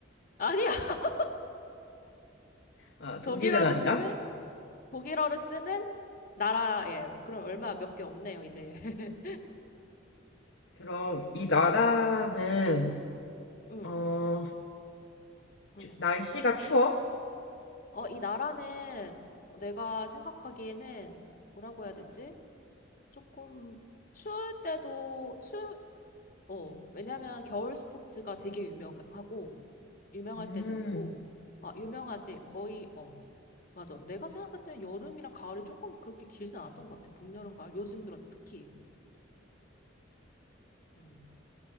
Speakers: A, on the left; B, on the left.
A: 아니야! <laughs>
B: 아, 독일은
A: 독일어를
B: 아니야?
A: 쓰는, 독일어를 쓰는 나라예요. 그럼 얼마 몇 개 없네요, 이제. <laughs>
B: 그럼 이 나라는,
A: 응,
B: 어, 추-
A: 응.
B: 날씨가 추워?
A: 어, 이 나라는 어, 내가 생각하기에는 뭐라고 해야 되지? 조금 추울 때도 추 어, 왜냐면 겨울 스포츠가 되게 유명하고 유명할
B: 음,
A: 때도 있고 아, 유명하지. 거의 어. 맞아. 내가 생각할 때는 여름이랑 가을이 조금 그렇게 길진 않았던 것 같아. 봄, 여름, 가을. 요즘 들어 특히. 음.